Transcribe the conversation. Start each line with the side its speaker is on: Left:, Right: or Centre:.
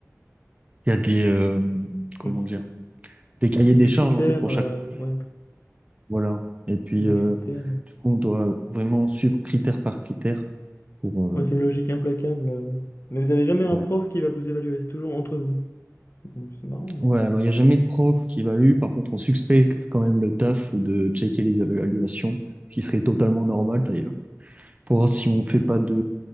Right: il y a des, euh, comment
Left: Mm.
Right: dire, des cahiers des
Left: Des
Right: charges
Left: critères,
Right: en fait pour
Left: euh,
Right: chaque projet.
Left: ouais,
Right: Voilà. Et puis,
Left: des
Right: euh,
Left: critères.
Right: du coup, on doit vraiment suivre critère par critère Pour, euh,
Left: Ouais, c'est une logique implacable. euh. Mais vous n'avez jamais
Right: ouais.
Left: un prof qui va vous évaluer, c'est toujours entre vous. Donc c'est marrant.
Right: Ouais,
Left: hein.
Right: alors il n'y a jamais de prof qui évalue. Par contre, on suspecte quand même le taf de checker les évaluations, ce qui serait totalement normal d'ailleurs, pour voir si on fait pas de